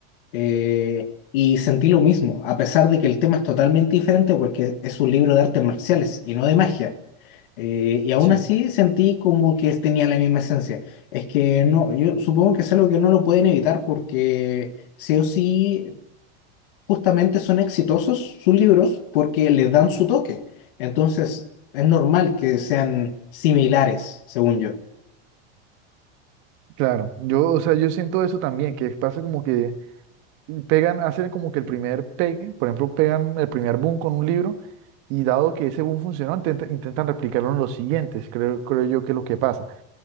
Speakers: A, on the left (about 60°); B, on the right (about 40°).
A: Eh, y sentí lo mismo, a pesar de que el tema es totalmente diferente porque es un libro de artes marciales y no de magia. Eh, y aún
B: Sí,
A: así sentí como que tenía la misma esencia. Es que no, yo supongo que es algo que no lo pueden evitar porque sí o sí justamente son exitosos sus libros porque les dan su toque. Entonces, es normal que sean similares, según yo.
B: claro. Yo, o sea, yo siento eso también, que pasa como que pegan, hacen como que el primer pegue, por ejemplo, pegan el primer boom con un libro y dado que ese boom funcionó, intenta- intentan replicarlo en los siguientes, creo, creo yo que es lo que pasa.